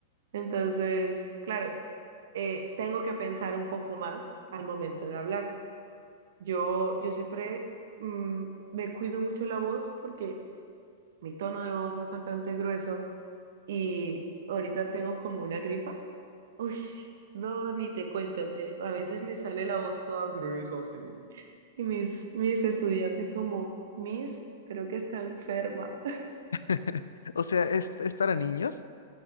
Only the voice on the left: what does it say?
<laughs> O sea, ¿es, es para niños?